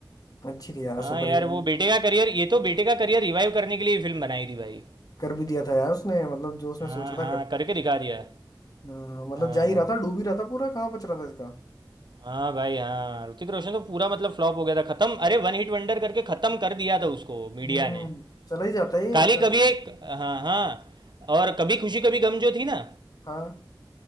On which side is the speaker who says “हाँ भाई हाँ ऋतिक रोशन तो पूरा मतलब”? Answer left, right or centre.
Right